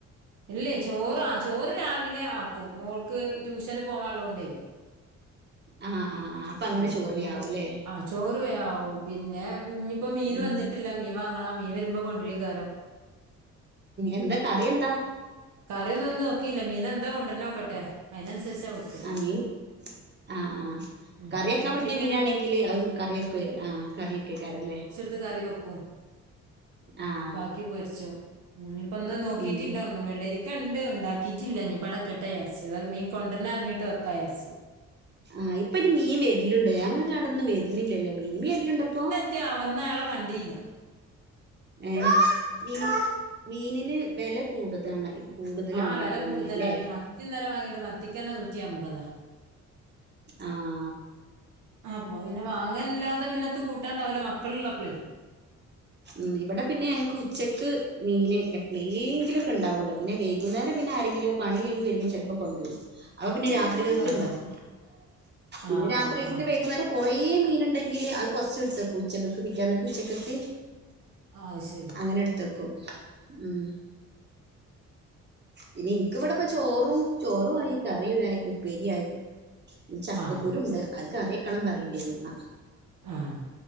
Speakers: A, on the right; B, on the right.
A: ഇല്ലേ ചോറ് ആ ചോറ് രാവിലെ ആക്കും മോൾക്ക് ട്യൂഷന് പോവാള്ളോണ്ടേ
B: ആഹ് ആ ആ അപ്പൊ അങ്ങനെ
A: ഉം
B: ചോറ്
A: ഉം
B: വേ ആവൂല്ലേ
A: ആഹ് ചോറ് വേ ആവും പിന്നെ ഇന്നിപ്പ മീന്
B: ഉം
A: വന്നിട്ടില്ല മീൻ വാങ്ങണം മീൻ വെരുമ്പോ കൊണ്ട്രീക്കാരം
B: എന്താ കറി എന്താ
A: കറിയൊന്നും നോക്കിയില്ല മീനെന്താ കൊണ്ടെരണേ നോക്കട്ടെ അയിനനുസരിച്ചാ വെക്ക്
B: അയേ ആഹ് ആ
A: ഉം
B: കറിയക്കാൻ
A: മത്തിയൊക്കെ
B: പറ്റിയ മീനാണെങ്കില്
A: ആണെങ്കിൽ
B: അതും കറിവെക്കുവെ ആ കറിയൊക്കെക്കാറല്ലേ
A: ന്ത് കറി വെക്കും
B: ആഹ്
A: ബാക്കി പൊരിച്ചു ഇനീപ്പൊന്നും നോക്കീട്ടില്ല
B: ഉം
A: ഒന്നും വെള്ളരിക്കൊണ്ട് ഉണ്ടാക്കിട്ടില്ല ഇനീപ്പട നിക്കട്ടെ വിചാരിച്ച് വേഗം മീൻ കൊണ്ടെരന്നെ അറിഞ്ഞിട്ട് വെക്കാ വിച്ചാര്ച്ച്
B: ആഹ് ഇപ്പ ഇനി മീൻ വെര്ലുണ്ടോ ഞങ്ങക്കവിടൊന്നും വരുന്നില്ലല്ലോ മീൻ മീ വെരലുണ്ടോപ്പോ
A: ത്യാവുന്നാളെ കണ്ടീല്ല
B: ഏ മീ മീനിന് വെല കൂടുതാണയോ കൂടുതലാണെന്നാ
A: ആഹ് വില
B: തോന്നുന്ന
A: കൂടുതലാ
B: ല്ലേ
A: മീ മത്തി ഇന്നലെ വാങ്ങീന്റെ മത്തിക്കന്നെ നൂറ്റി അമ്പതാ
B: ആഹ്
A: ആപ്പ പിന്നെ വാങ്ങൻല്ലാതെ പിന്നത്ത് കൂട്ടാണ്ടാവൂല്ല മക്കളുള്ളപ്പളേ
B: ഉം ഇവിടെ പിന്നെ ഞങ്ങക്ക് ഉച്ചക്ക് മീന് എപ്പളേങ്കിലൊക്കെ ഇണ്ടാവുള്ളൂ പിന്നെ വൈകുന്നേരം പിന്നെ ആരെങ്കിലും പണി കഴിഞ്ഞു വേരുമ്പോ ചെലപ്പോ കൊണ്ടുവരും അപ്പ പിന്നെ രാത് ത്രീകക്കിണ്ടാവും
A: ആഹ്
B: ഇന്ന്
A: ആഹ്
B: രാത്രി
A: ആഹ്
B: പിന്നെ
A: ആഹ്
B: വൈകുന്നേരം കൊറേ മീനുണ്ടെങ്കില് അത് കൊറച്ചെടുത്ത് വെക്കും ഉച്ചക്കക്ക് പിറ്റേന്നക്കെ ഉച്ചക്കക്ക്
A: അത് ശരി
B: അങ്ങനെ ഇട്ത്തെക്കും ഉം. പിന്നെ ഇന്ക്ക് ഇവിടെപ്പ ചോറും, ചോറു ആയി. കറിയുവായ് ഉപ്പേരിയായി. ഞ് ചക്കക്കുരു
A: ആഹ്
B: ഇണ്ട് അത് കറി വെക്കണം പറയ്ണ്ടായ്നി ഇമ്മ.
A: ആഹ്